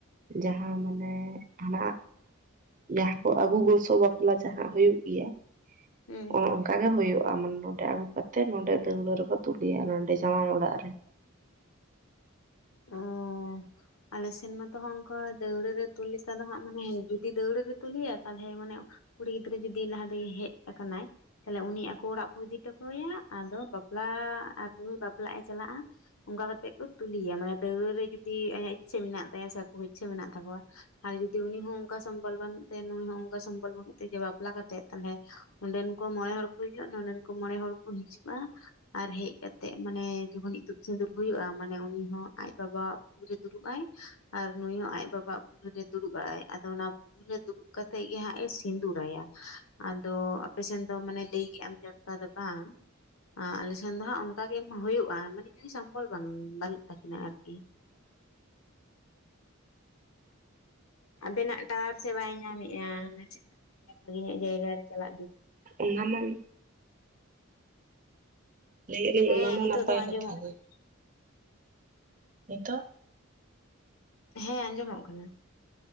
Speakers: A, on the right; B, on the left.
A: ᱡᱟᱦᱟᱸ ᱢᱟᱱᱮ ᱦᱟᱱᱟᱜᱼᱼ ᱡᱟᱦᱟᱸ ᱠᱚ ᱟᱹᱜᱩ ᱜᱚᱥᱚ ᱵᱟᱯᱞᱟ ᱡᱟᱦᱟᱸ ᱦᱩᱭᱩᱜ ᱜᱮᱭᱟ,
B: ᱩᱸ,
A: ᱚᱱᱮ ᱚᱱᱠᱟ ᱜᱮ ᱦᱩᱭᱩᱜ-ᱟ, ᱢᱟᱱᱮ ᱱᱚᱸᱰᱮ ᱟᱹᱜᱩ ᱠᱟᱛᱮᱜ ᱱᱚᱸᱰᱮ ᱫᱟᱹᱣᱲᱟᱹ ᱨᱮᱠᱚ ᱛᱩᱞᱮᱭᱟ ᱱᱚᱱᱰᱮ ᱡᱟᱶᱟᱭ ᱚᱲᱟᱜ ᱨᱮ᱾
B: ᱚᱻ ᱟᱞᱮ ᱥᱮᱱ ᱢᱟᱛᱚ ᱚᱱᱠᱟ ᱫᱟᱹᱣᱲᱟᱹ ᱨᱮ ᱛᱩᱞ ᱞᱮᱠᱟ ᱫᱚ ᱦᱟᱸᱜ, ᱢᱟᱱᱮ ᱡᱩᱫᱤ ᱫᱟᱹᱣᱲᱟᱹ ᱨᱮ ᱛᱩᱞᱮᱭᱟ ᱛᱟᱞᱦᱮ ᱢᱟᱱᱮ ᱠᱩᱲᱤ ᱜᱤᱫᱽᱨᱟᱹ ᱡᱩᱫᱤ ᱞᱟᱦᱟ ᱨᱮᱜᱮ ᱦᱮᱡ ᱟᱠᱟᱱᱟᱭ ᱛᱟᱦᱚᱞᱮ ᱩᱱᱤ ᱟᱠᱚ ᱚᱲᱟᱜ ᱠᱚ ᱤᱫᱤ ᱴᱚ ᱠᱟᱭᱟ, ᱟᱫᱚ ᱵᱟᱯᱞᱟ ᱟᱨ ᱱᱩᱭ ᱵᱟᱯᱞᱟᱜ ᱮ ᱪᱟᱞᱟᱜ-ᱟ᱾ ᱚᱱᱠᱟ ᱠᱟᱛᱮᱜ ᱠᱚ ᱛᱩᱞᱮᱭᱟ, ᱢᱟᱱᱮ ᱫᱟᱹᱣᱲᱟᱹ ᱨᱮ ᱡᱩᱫᱤ ᱟᱭᱟᱜ ᱤᱪᱪᱷᱟᱹ ᱢᱤᱱᱟᱜ ᱛᱟᱭᱟ ᱥᱮ ᱟᱠᱚ ᱤᱪᱪᱷᱟᱹ ᱢᱮᱱᱟᱜ ᱛᱟᱠᱚᱣᱟ᱾ ᱟᱨ ᱡᱩᱫᱤ ᱩᱱᱤ ᱦᱚᱸ ᱚᱱᱠᱟ ᱥᱚᱢᱵᱚᱞ ᱵᱟᱹᱱᱩᱜ ᱟᱭᱟ ᱱᱩᱭ ᱦᱚᱸ ᱚᱱᱠᱟ ᱥᱚᱢᱵᱚᱞ ᱵᱟᱹᱱᱩᱜ ᱛᱮ ᱡᱮ ᱵᱟᱯᱞᱟ ᱠᱟᱛᱮᱜ ᱛᱟᱞᱦᱮ ᱚᱸᱰᱮᱱ ᱠᱚ ᱢᱚᱬᱮ ᱦᱚᱲ ᱠᱚ ᱦᱤᱡᱩᱜ-ᱟ, ᱱᱚᱰᱮᱱ ᱠᱚ ᱢᱚᱬᱮ ᱦᱚᱲ ᱠᱚ ᱦᱤᱡᱩᱜ-ᱟ, ᱟᱨ ᱦᱮᱡ ᱠᱟᱛᱮᱜ ᱢᱟᱱᱮ ᱡᱚᱠᱷᱚᱱ ᱤᱛᱩᱫ ᱥᱤᱸᱫᱩᱨ ᱦᱩᱭᱩᱜ-ᱟ, ᱢᱟᱱᱮ ᱩᱱᱤ ᱦᱚᱸ ᱟᱡ ᱵᱟᱵᱟ ᱣᱟᱜ ᱵᱩᱞᱩ ᱨᱮ ᱫᱩᱲᱩᱵᱼᱟᱭ, ᱟᱨ ᱱᱩᱭ ᱦᱚᱸ ᱟᱡ ᱵᱟᱵᱟᱣᱟᱜ ᱵᱩᱞᱩ ᱨᱮ ᱜᱮ ᱫᱩᱲᱩᱵ ᱟᱭ ᱟᱫᱚ ᱚᱱᱟ ᱞᱩ ᱨᱮ ᱫᱩᱲᱩᱵ ᱠᱟᱛᱮ ᱜᱮ ᱦᱟᱸᱜ ᱮ ᱥᱤᱸᱫᱩᱨᱟᱭᱟ, ᱟᱫᱚ ᱟᱯᱮ ᱥᱮᱱ ᱫᱚ ᱢᱟᱱᱮ ᱞᱟᱹᱭ ᱠᱮᱜ ᱟᱢ ᱡᱮ ᱚᱱᱠᱟ ᱫᱚᱼᱼ ᱵᱟᱝ ᱟᱸ ᱟᱞᱮ ᱥᱮᱱ ᱫᱚ ᱦᱟᱸᱜ ᱚᱱᱠᱟ ᱜᱮ ᱦᱩᱭᱩᱜ-ᱟ, ᱢᱟᱱᱮ ᱡᱩᱫᱤ ᱥᱚᱢᱵᱚᱞ ᱵᱟᱝ ᱵᱟᱱᱩᱜ ᱛᱟᱹᱠᱤᱱᱟ ᱟᱨ ᱠᱤ᱾ ᱟᱵᱮᱱᱟᱜ ᱴᱟᱣᱟᱨ ᱥᱮ ᱵᱟᱭ ᱧᱟᱢᱮᱜ-ᱟ, ᱱᱟᱥᱤ ᱱᱟᱜ ᱢᱟᱱᱮ ᱵᱷᱟᱜᱤ ᱧᱚᱜ ᱡᱟᱭᱜᱟ ᱨᱮ ᱪᱟᱞᱟᱜ ᱵᱤᱱ᱾
A: ᱚᱱᱟ ᱢᱟᱱ ᱞᱟᱹᱭᱮᱜ ᱟᱹᱞᱤᱧ
B: ᱦᱮᱸ
A: ᱚᱱᱟ ᱢᱟ
B: ᱱᱤᱛᱚᱜ
A: ᱱᱟᱯᱟᱭ
B: ᱫᱚ ᱟᱸᱡᱚᱢᱚᱜ
A: ᱠᱟᱛᱷᱟ ᱜᱮ᱾
B: ᱠᱟᱱᱟ
A: ᱱᱤᱛᱚᱜ,
B: ᱦᱮᱸ ᱟᱸᱡᱚᱢᱚᱜ ᱠᱟᱱᱟ᱾